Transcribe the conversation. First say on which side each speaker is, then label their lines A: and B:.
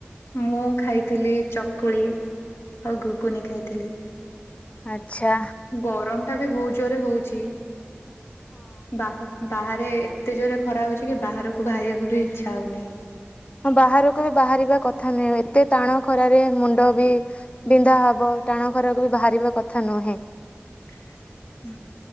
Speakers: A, on the left; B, on the left.
A: ମୁଁ ଖାଇଥିଲି ଚକୁଳି, ଆଉ ଘୁଗୁନି ଖାଇଥିଲି।
B: ଆଚ୍ଛା।
A: ଗରମ ଟା ବି ବହୁତ ଜୋରେ ହଉଛି ବା ବାହାରେ ରେ ଏତେ ଜୋରେ ଖରା ହଉଛି କି ବାହାରକୁ ବାହାରିବାକୁ ବି ଇଛା ହଉନି।
B: ମୁଁ ବାହାରକୁ ବି ବାହାରିବା କଥା ନୁହେଁ ଏତେ ଟାଣ ଖରାରେ ମୁଣ୍ଡ ବି ବିନ୍ଧା ହବ ଟାଣ ଖରାକୁ ବି ବାହାରିବା କଥା ନୁହେଁ।
A: ହୁଁ।